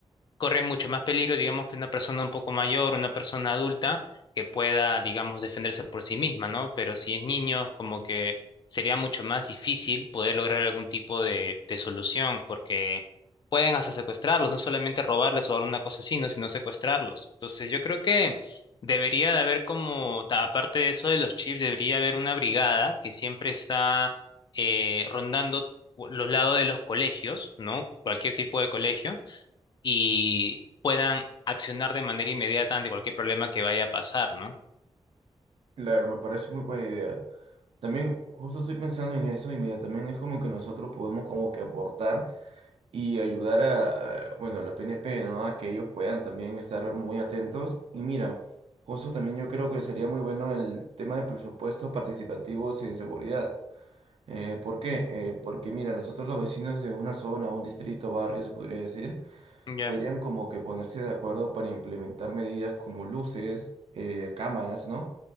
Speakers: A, on the left (about 50°); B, on the right (about 75°).
A: corre mucho más peligro, digamos, que una persona un poco mayor, una persona adulta, que pueda, digamos, defenderse por sí misma, ¿no? Pero si es niño, como que sería mucho más difícil poder lograr algún tipo de, de solución, porque pueden hasta secuestrarlos, no solamente robarles o alguna cosa así, ¿no? sino secuestrarlos. Entonces yo creo que debería de haber como, ta- aparte de eso de los chips, debería haber una brigada que siempre está eh, rondando u- los lados de los colegios, ¿no? Cualquier tipo de colegio, y puedan accionar de manera inmediata ante cualquier problema que vaya a pasar, ¿no?
B: Claro, me parece muy buena idea. También justo estoy pensando en eso y mira, también es como que nosotros podemos como que aportar. y ayudar a, a, bueno, a la PNP, ¿no? A que ellos puedan también estar muy atentos. Y mira, justo también yo creo que sería muy bueno el tema de presupuestos participativos en seguridad. Eh, ¿por qué? Eh, porque mira, nosotros los vecinos de una zona, un distrito, barrio, se podría decir,
A: Ya.
B: podrían como que ponerse de acuerdo para implementar medidas como luces, eh, cámaras, ¿no?